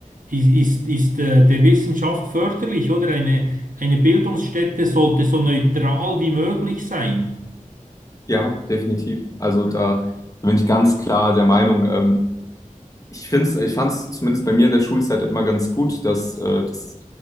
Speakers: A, on the right (about 75°); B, on the left (about 25°).
A: ist, ist, ist äh, der Wissenschaft förderlich, oder? Eine, eine Bildungsstätte sollte so neutral wie möglich sein.
B: Ja, definitiv. Also da bin ich ganz klar der Meinung. Ähm, ich find's, ich fand es zumindest bei mir in der Schulzeit immer ganz gut, dass, äh, dass